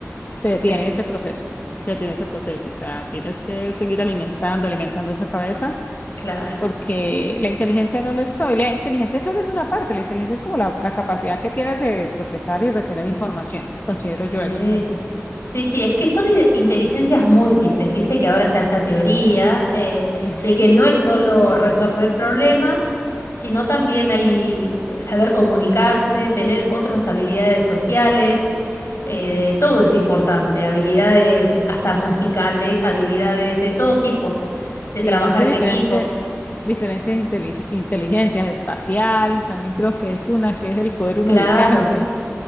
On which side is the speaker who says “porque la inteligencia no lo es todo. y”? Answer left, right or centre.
Left